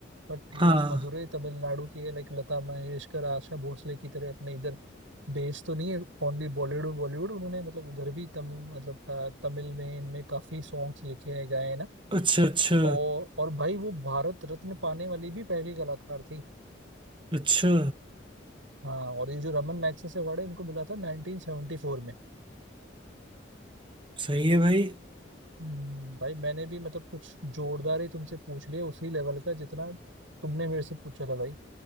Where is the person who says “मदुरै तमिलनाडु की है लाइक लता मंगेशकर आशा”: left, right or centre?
Right